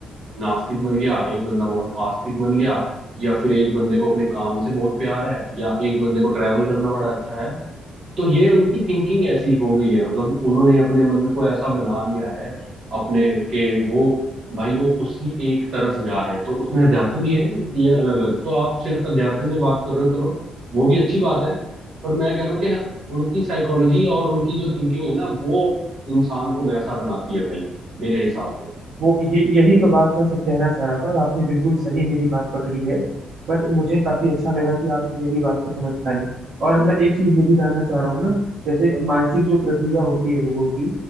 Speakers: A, on the right (about 45°); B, on the right (about 70°).
A: नास्तिक बन गया एक बंदा बहुत आस्तिक बन गया या फिर एक बंदे को अपने काम से बहुत प्यार है या एक बंदे को ट्रैवल करना बड़ा अच्छा है तो ये उनकी थिंकिंग ऐसी हो गई है मतलब उन्होंने अपने मन को ऐसा बना लिया है अपने के वो भाई वो उसी एक तरफ जा रहे हैं तो उसमें अध्यात्म भी है ये अलग अलग तो आप सिर्फ अध्यात्म पे बात कर रहे हो चलो वो भी अच्छी बात है पर मैं कह रहा हूँ कि उनकी साइकोलॉजी और उनकी जो थिंकिंग है ना वो इंसान को वैसा बनाती है भाई मेरे हिसाब से
B: वो ये यही तो बात मैं सब कहना चाह रहा था और आपने बिल्कुल सही मेरी बात पकड़ी है बट मुझे काफी अच्छा लगा कि आप मेरी बात को समझ पाए और मैं एक चीज ये भी जानना चाह रहा हूँ ना जैसे मानसिक जो प्रक्रिया होती है लोगों की